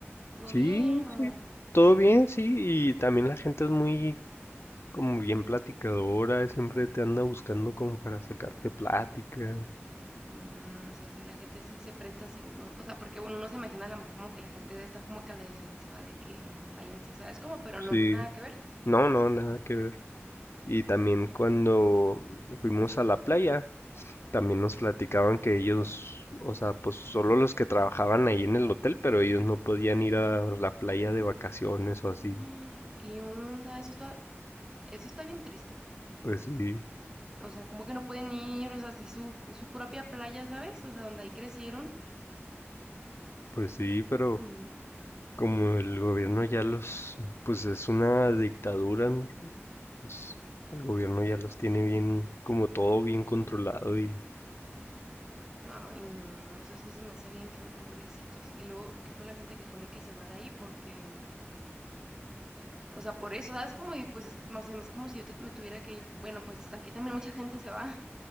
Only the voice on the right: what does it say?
todo
bien, o,
mm, o sea, si la gente sí se presta, sí, uno, o sea, porque bueno, uno no se imagina a lo mejor como que la gente debe estar como que a la defensiva de que no, váyanse, ¿sabes cómo? Pero
no, nada que ver.
<gasps> ¿Qué onda? Eso está, eso está bien triste.
O sea, como que no pueden ir, o sea, si su, es su propia playa, ¿sabes? O sea, donde ahí crecieron.
Mm,
Ay, no, eso sí se me hace bien feo, pobrecitos. Y luego, ¿qué fue la gente que pone que se va de ahí? Porque, mm, o sea, por eso, ¿sabes? Como, y pues, es- o sea, es como si yo te- me tuviera que ir. Bueno, pues aquí también mucha gente se va <laughs>